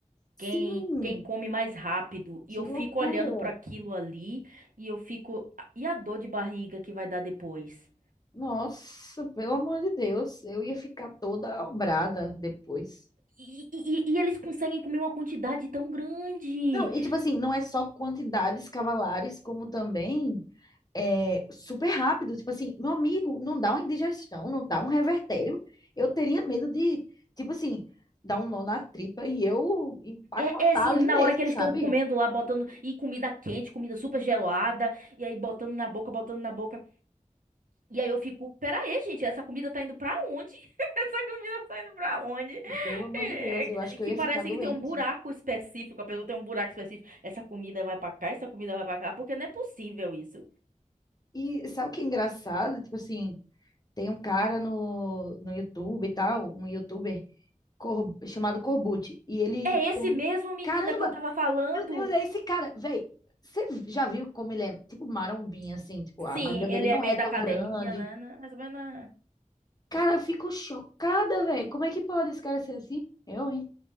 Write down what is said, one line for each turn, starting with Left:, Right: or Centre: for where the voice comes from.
Left: Sim,
Right: Quem, quem come mais rápido.
Left: que
Right: E eu
Left: loucura.
Right: fico olhando para aquilo ali e eu fico. "Ah, E a dor de barriga que vai dar depois?
Left: Nossa, pelo amor de Deus, eu ia ficar toda obrada depois.
Right: E, e- e eles conseguem comer uma quantidade tão grande.
Left: Não, e tipo assim, não é só quantidades cavalares, como também é super rápido. Tipo assim, meu amigo, não dá uma indigestão, não dá um revertério. Eu teria medo de, tipo assim, dar um nó na tripa e eu empacotar
Right: É, é assim,
Left: ali
Right: na
Left: mesmo,
Right: hora que eles
Left: sabe?
Right: estão comendo lá, botando. E comida quente, comida super gelada. E aí botando na boca, botando na boca. E aí eu fico, pera aí, gente, essa comida tá indo pra onde? <laughs> Essa comida tá indo pra onde?
Left: Pelo amor
Right: É,
Left: de Deus, eu acho
Right: é,
Left: que
Right: que
Left: eu ia
Right: parece
Left: ficar doente.
Right: que tem um buraco específico. A pessoa tem um buraco específico. Essa comida vai pra cá, essa comida vai pra cá. Porque não é possível isso.
Left: E sabe o que é engraçado? Tipo assim, tem um cara no, no YouTube e tal, um YouTuber cor- chamado Corbucci, e ele
Right: É
Left: come.
Right: esse mesmo menina
Left: Caramba,
Right: que eu tava falando.
Left: Meu Deus, é esse cara. Véi, você já viu como ele é tipo marombinha, assim? Tipo,
Right: Sim,
Left: a barriga
Right: ele
Left: dele não
Right: é meio
Left: é tão
Right: da academia,
Left: grande.
Right: né? né, Mais ou menos.
Left: Cara, eu fico chocada, véi. Como é que pode esse cara ser assim? Eu, hein?